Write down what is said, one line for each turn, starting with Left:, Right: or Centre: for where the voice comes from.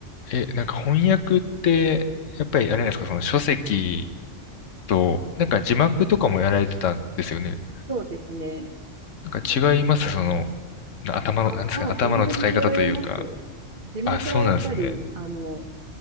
Left: え、なんか翻訳って、やっぱりあれなんですか、その書籍と、なんか字幕とかもやられてたんですよね。
Right: そうですね。
Left: なんか違います、その、な頭の、
Right: あ、
Left: なんですかね、
Right: まあ全然違いますよ。
Left: 頭の使い方というか。
Right: 字幕はやっぱり、
Left: あ、そうなんですね。
Right: あの、